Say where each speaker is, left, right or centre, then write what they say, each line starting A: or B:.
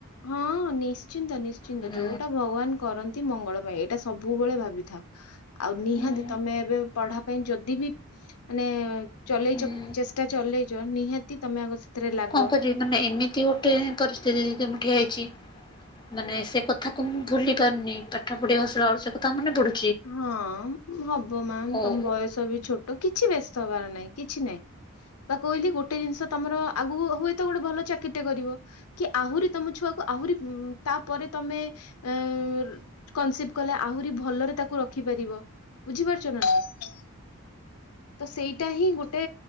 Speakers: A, on the left; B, on the left.
A: ହଁ, ନିଶ୍ଚିନ୍ତ ନିଶ୍ଚିନ୍ତ
B: ହୁଁ
A: ଯୋଉଟା ଭଗବାନ କରନ୍ ନ୍ତି ମଙ୍ଗଳ ପାଇଁ ଏଇଟା ସବୁବେଳେ ଭାବିଥାଅ। ଆଉ, ନିହାତି
B: ହୁଁ।
A: ତମେ ଏବେ ପଢା ପାଇଁ ଯଦି ବି ମାନେ-ଏ ଚଲେଇଚ
B: ହୁଁ
A: ଚେଷ୍ଟା ଚଲେଇଚ, ନିହାତ୍ ତି ତମେ ଆଗ ସେଥିରେ ଲାଗ।
B: କଣ କରିବି ମାନେ, ଏମିତି ଗୋଟେ ପରିସ୍ଥିତି ଦିଦି ମୁଁ ଠିଆ ହେଇଛି। ମାନେ ସେ କଥାକୁ ମୁଁ ଭୁଲି ପାରୁନି। ପାଠ ପଢିବାକୁ ବସିଲା ଆଳ ସେ କଥା ମନେ ପଡ଼ୁ
A: ହଁ, ହବ ମାମ୍
B: ହଉ
A: ତମ ବୟସ ବି ଛୋଟ। କିଛି ବ୍ୟସ୍ତ ହବାର ନାହିଁ, କିଛି ନାଇଁ। ବା କହିଲି ଗୋଟେ ଜିନିଷ ତମର ଆଗକୁ ହୁଏ ତ, ଗୋଟେ ଭଲ ଚାକିରିଟେ କରିବ। କି ଆହୁରି ତମ ଛୁଆକୁ ଆହୁରି ତା'ପରେ ତମେ -ଏଁ-ଏ କନ୍ ସିଭ କଲେ ଆହୁରି ଭଲରେ ତାକୁ ରଖିପାରିବ। ବୁଝିପାରୁଛ ନା ନାଇଁ! ତ ସେଇଟା ହିଁ ଗୋଟେ